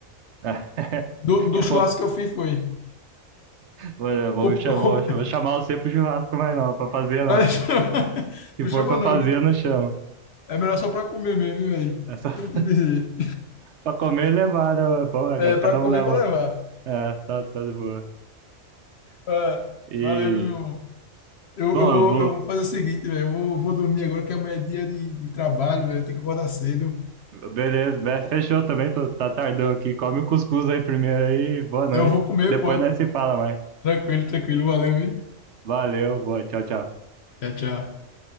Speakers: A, on the right; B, on the left.
A: Ah, <laughs>
B: Do, do churrasco
A: Vou,
B: que eu fiz foi.
A: vou, vou,
B: Com-
A: chamar- vou,
B: com-
A: vou chamar você pro churrasco, mas não. Pra fazer, não.
B: <laughs>
A: Se
B: Não
A: for
B: chama
A: pra fazer,
B: não, viu?
A: eu não chamo.
B: É melhor só para comer mesmo, viu, velho.
A: É só <laughs>
B: Eu te dizer.
A: pra comer e levar, né? mano? Bom, é,
B: É, para
A: cada um
B: comer,
A: leva.
B: para levar.
A: É, tá, tá de boa.
B: Ah,
A: E.
B: valeu, meu irmão. Eu,
A: Bom,
B: eu
A: eu
B: vou,
A: vou.
B: eu vou fazer o seguinte, velho. Eu vou, vou dormir agora que amanhã é dia de, de trabalho, velho. Eu tenho que acordar cedo.
A: Beleza, be- fechou também. Tô, tá tardão aqui. Come o cuscuz aí primeiro aí. Boa noite.
B: Eu vou comer,
A: Depois
B: pô.
A: nós se fala mais.
B: Tranquilo, tranquilo. Valeu, viu?
A: Valeu, boa. Tchau, tchau.
B: Tchau, tchau.